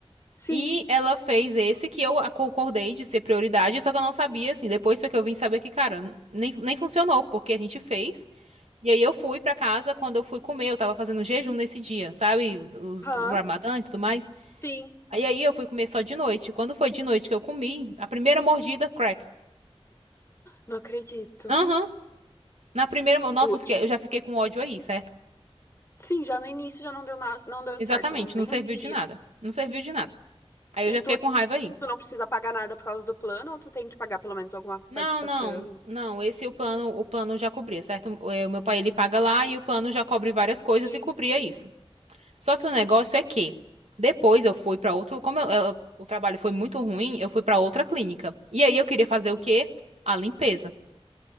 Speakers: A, on the left; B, on the right.
A: sim,
B: E ela fez esse que eu a- concordei de ser prioridade, só que eu não sabia, assim. Depois foi que eu vim saber que, cara, n- nem, nem funcionou, porque a gente fez. E aí eu fui pra casa, quando eu fui comer, eu tava fazendo jejum nesse dia, sabe? Os,
A: ah,
B: o Ramadã e tudo mais.
A: sim,
B: Aí aí eu fui comer só de noite. Quando foi de noite que eu comi, a primeira mordida, crack.
A: não acredito.
B: Aham. Na primeira, mo- nossa,
A: O-
B: eu fiquei-
A: E,
B: eu já fiquei com ódio aí, certo?
A: sim, já no início já não deu nada, não deu
B: Exatamente,
A: certo, não, nem
B: não serviu
A: um dia.
B: de nada. Não serviu de nada. Aí
A: E
B: eu já
A: tu,
B: fiquei com raiva aí.
A: tu não precisa pagar nada por causa do plano, ou tu tem que pagar pelo menos alguma
B: Não,
A: participação?
B: não, não. Esse o plano, o plano já cobria, certo? O eh, o meu pai ele paga lá e o plano já cobre várias coisas
A: Sim.
B: e cobria isso. Só que o negócio é que depois eu fui pra outro, como eu- eu- o trabalho foi muito ruim, eu fui pra outra clínica. E aí eu queria fazer
A: Sim.
B: o quê? A limpeza.